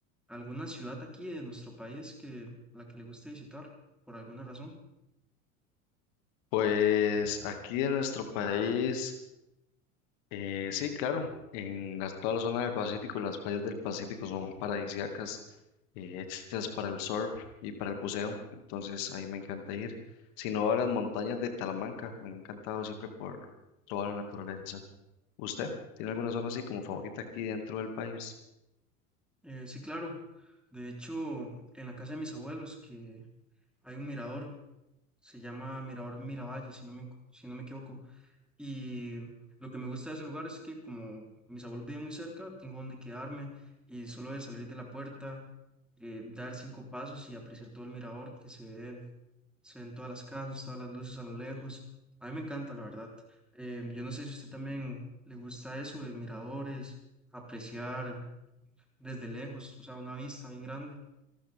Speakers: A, in the centre; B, on the left.
A: alguna ciudad aquí de nuestro país que la que le guste visitar, por alguna razón.
B: Pues aquí en nuestro país Eh, sí, claro, en las- toda la zona del Pacífico, las playas del Pacífico son paradisíacas, eh, hechas para el surf y para el buceo, entonces ahí me encanta ir. Si no, a las montañas de Talamanca, me han encantado siempre por toda la naturaleza. ¿Usted tiene alguna zona así como favorita aquí dentro del país?
A: Eh, sí, claro. De hecho, en la casa de mis abuelos, que hay un mirador, se llama Mirador Miravalle, si no me, enco- si no me equivoco. Y lo que me gusta de ese lugar es que como mis abuelos viven muy cerca, tengo donde quedarme y solo de salir de la puerta. eh, dar cinco pasos y apreciar todo el mirador que se ve, se ven todas las casas, todas las luces a lo lejos. A mí me encanta, la verdad. Eh, yo no sé si a usted también le gusta eso de miradores, apreciar desde lejos, o sea, una vista bien grande.